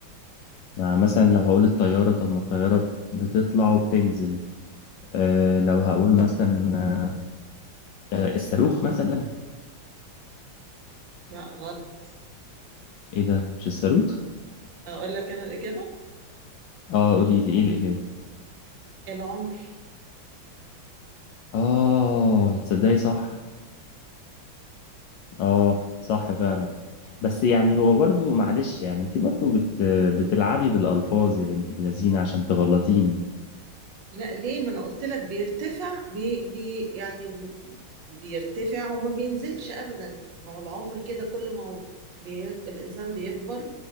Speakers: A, on the left; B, on the right.
A: مع مثلا لو هقول الطيارة طب ما الطيارة بتطلع وبتنزل آه لو هقول مثلا آه آه، الصاروخ مثلا
B: لا غلط
A: ايه ده مش الصاروخ
B: أقول لك أنا الإجابة
A: اه قولي لي ايه الإجابة
B: العمر
A: اه تصدقي صح اه صح فعلا بس يعني هو برضو معلش يعني انتي برضو بت بتلعبي بالألفاظ يا بنت اللذينة عشان تغلطيني
B: لا ليه ما انا قلت لك بيرتفع بي بي يعني بي بيرتفع وما بينزلش ابدا ما هو العمر كده كل ما هو بي الانسان بيكبر